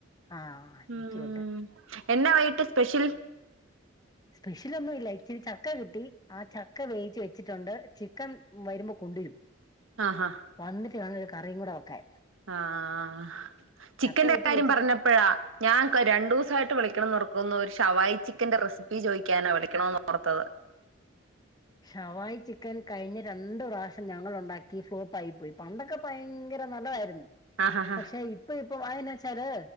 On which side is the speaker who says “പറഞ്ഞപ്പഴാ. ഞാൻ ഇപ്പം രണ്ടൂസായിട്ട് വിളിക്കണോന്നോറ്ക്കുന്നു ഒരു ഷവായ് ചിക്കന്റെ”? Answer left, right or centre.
Right